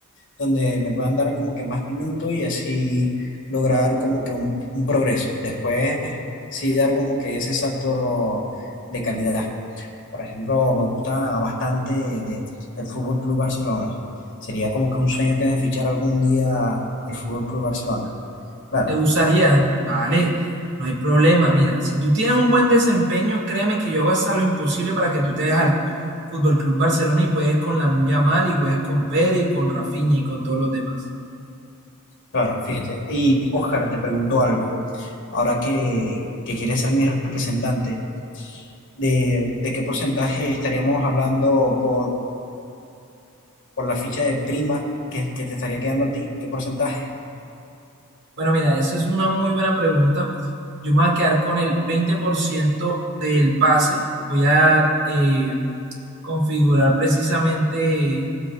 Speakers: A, on the left; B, on the right.
A: donde me puedan dar como que más minutos y así lograr como que un, un progreso. Después sí dar como que ese salto de calidad. Por ejemplo, me gusta bastante el Fútbol Club Barcelona. Sería como que un sueño que me fichara algún día el Fútbol Club Barcelona. Claro,
B: te usaría, vale, no hay problema. Mira, si tú tienes un buen desempeño, créeme que yo hago hasta lo imposible para que tú te dejes al Fútbol Club Barcelona y juegues con Lamine Yamal y juegues con Pedri y con Rafinha y con todos los demás.
A: claro, fíjate. Y óscar te pregunto algo. Ahora que, que quieres ser mi representante, ¿de, de qué porcentaje estaríamos hablando por por la ficha de prima que, que te estaría quedando a ti, qué porcentaje.
B: Bueno, mira, esa es una muy buena pregunta. Yo me voy a quedar con el 20% del pase. Voy a eh, configurar precisamente